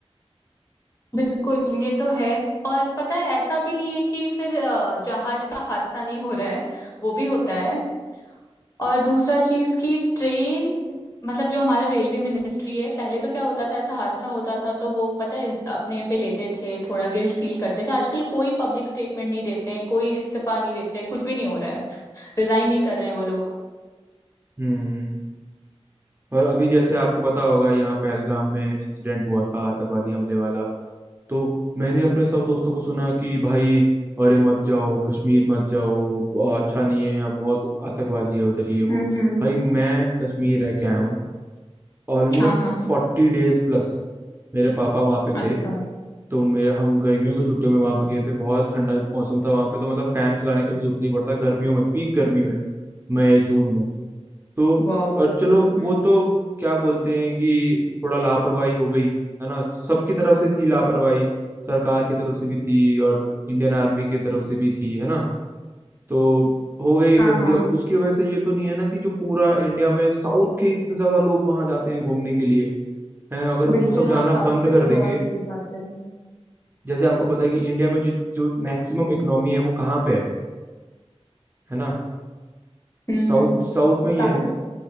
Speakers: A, on the left; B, on the right.
A: बिल्कुल ये तो है और पता है ऐसा भी नहीं है कि फिर अ, जहाज का हादसा नहीं हो रहा है वो भी होता है और दूसरा चीज कि ट्रेन मतलब जो हमारा रेलवे मिनिस्ट्री है पहले तो क्या होता था ऐसा हादसा होता था तो वो पता है अपने पे लेते थे थोड़ा गिल्ट फील करते थे आजकल कोई पब्लिक स्टेटमेंट नहीं देते हैं कोई इस्तीफा नहीं देते हैं कुछ भी नहीं हो रहा है रिजाइन नहीं कर रहे हैं वो लोग
B: हम्म और अभी जैसे आपको पता होगा यहाँ पहलगाम में इंसिडेंट हुआ था आतंकवादी हमले वाला तो मैंने अपने सब दोस्तों को सुना कि भाई अरे मत जाओ कश्मीर मत जाओ ब- अच्छा नहीं है बहुत आतंकवादी है उधर ये वो
A: हम्म हम्म
B: भाई मैं कश्मीर रह के आया हूँ ऑलमोस्ट
A: हाँ हाँ
B: फोर्टी डेज प्लस मेरे पापा वहाँ पे
A: अच्छा
B: थे तो मेरे हम गर्मियों की छुट्टियों में वहाँ पे गए थे बहुत ठंडा मौसम था वहाँ पे तो मतलब फैन चलाने का भी जरूरत नहीं पड़ता गर्मियों में पीक गर्मी में मई जून में तो
A: वाह
B: और
A: हम्म
B: चलो
A: हम्म
B: वो तो क्या बोलते हैं कि थोड़ा लापरवाही हो गई है ना सबकी तरफ से थी लापरवाही सरकार की तरफ से भी थी और इंडियन आर्मी की तरफ से भी थी है ना तो हो गई
A: हाँ
B: गलती
A: हाँ
B: अब उसकी वजह से ये तो नहीं है ना कि जो पूरा इंडिया में साउथ के इतने ज्यादा लोग वहां जाते हैं घूमने के लिए हैं अगर
A: बिल्कुल
B: वो सब
A: हाँ
B: जाना
A: साउथ
B: बंद
A: के
B: कर
A: तो
B: देंगे
A: बहुत लोग जाते हैं
B: जैसे आपको पता है कि इंडिया में जो जो मैक्सिमम इकोनॉमी है वो कहाँ पे है है ना
A: हम्म
B: साउथ
A: हम्म
B: साउथ में ही
A: ज्यादा
B: है